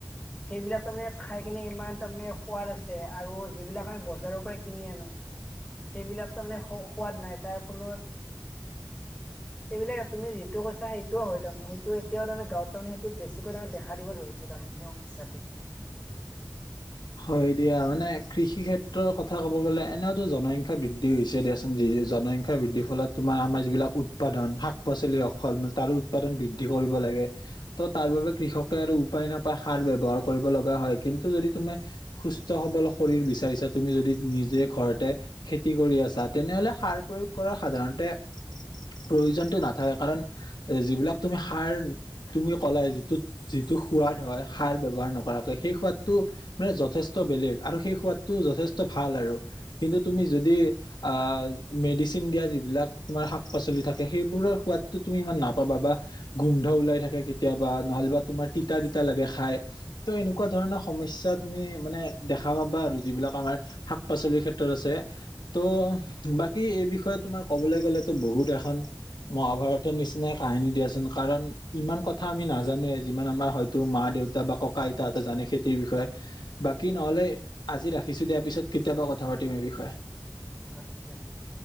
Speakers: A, on the left (about 15°); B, on the left (about 85°).
A: সেইবিলাক তাৰমানে খাই কিনে ইমান তাৰমানে সোৱাদ আছে, আৰু যিবিলাক আমি বজাৰৰ পৰাই কিনি আনো। সেইবিলাক তাৰমানে সোৱাদ নাই, তাৰ ফলত এইবিলেক তুমি যিটো কৈছা সেইটোও হয় তাৰমানে। সেইটো এতিয়াও তাৰমানে গাঁৱত তাৰেমানে সেইটো বেছিকৈ তাৰেমানে দেখা দিব ধৰিছে তাৰমানে সেই সমসা পইচাটো।
B: <inaudible> হয় দিয়া, মানে কৃষি ক্ষেত্ৰৰ কথা ক'ব গ'লে এনেওতো জনসংখ্যা বৃদ্ধি হৈছে। দিয়াচোন। যি যি জনসংখ্য বৃদ্ধিৰ ফলত তোমাৰ আমাৰ যিবিলাক উত উৎপাদন। শাক পাচলি হওঁক, ফল মূল তাৰো উৎপাদন বৃদ্ধি কৰিব লাগে। ত', তাৰ বাবে কৃষকে আৰু উৎপা উপাই নাপাই সাৰ ব্যৱহাৰ কৰিব লগা হয়, কিন্তু যদি তুমি সুস্থ সবল শৰীৰ বিচাৰিছা তুমি যদি নিজে ঘৰতে খেতি কৰি আছা, তেনেহ'লে সাৰ প্ৰয়োগ কৰা সাধাৰণতে প্ৰয়োজনটো নাথাকে। কাৰণ এই যিবিলাক তুমি সাৰ, তুমি কলাই যিটোত যিটো সোৱাদ হয়, সাৰ ব্যৱহাৰ নকৰাকৈ সেই সোৱাদটো। মানে যথেষ্ট বেলেগ আৰু সেই সোৱাদটো যথেষ্ট ভাল আৰু কিন্তু তুমি যদি আ মেডিচিন দিয়া যিবিলাক তোমাৰ শাক পাচলি থাকে সেইবোৰৰ সাদটো তুমি ইমান নাপাবা বা গোন্ধ ওলাই থাকে কেতিয়াবা নহ'বা তোমাৰ তিতা তিতা লাগে খাই ত' এনেকুৱা ধৰণৰ সমস্যাত তুমি মানে দেখা পাবা আৰু যিবিলাক আমাৰ শাক পাচলিৰ ক্ষেত্ৰত আছে ত বাকী এই বিষয়ে তোমাৰ ক'বলৈ গ'লেতো বহুত এখন মহাভাৰতৰ নিচিনাই কাহিনী দিয়াচোন কাৰণ ইমান কথা আমি নাজানোৱে যিমান আমাৰ হয়তো মা দেউতা বা ককা আইতা হতে জানে খেতিৰ বিষয়ে বাকী নহলে আজি ৰাখিছো দিয়াৰ পিছত কেতিয়াবা কথা পাতিম এই বিষয়ে
A: অ ঠিকে ঠিকে